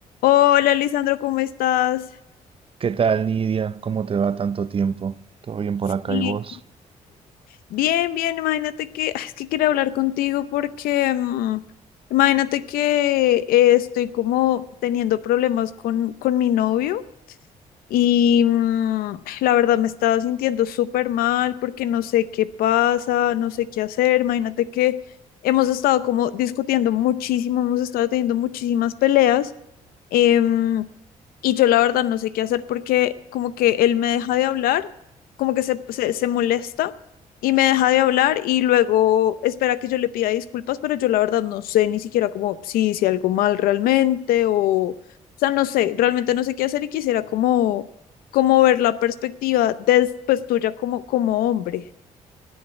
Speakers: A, on the left; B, on the right.
A: Hola, Lisandro, ¿cómo estás?
B: ¿Qué tal, Nidia? ¿Cómo te va tanto tiempo? ¿Todo bien por
A: Sí.
B: acá y vos?
A: Bien, bien, imagínate que, ah, es que quiero hablar contigo porque, mm, imagínate que eh, estoy como teniendo problemas con, con mi novio. Y mm, la verdad me estaba sintiendo súper mal porque no sé qué pasa, no sé qué hacer. Imagínate que hemos estado como discutiendo muchísimo, hemos estado teniendo muchísimas peleas. em, y yo la verdad no sé qué hacer porque como que él me deja de hablar, como que se, se, se molesta y me deja de hablar y luego espera que yo le pida disculpas, pero yo la verdad no sé ni siquiera como si hice algo mal realmente o o sea, no sé, realmente no sé qué hacer y quisiera como, como ver la perspectiva después pues, tuya como, como hombre.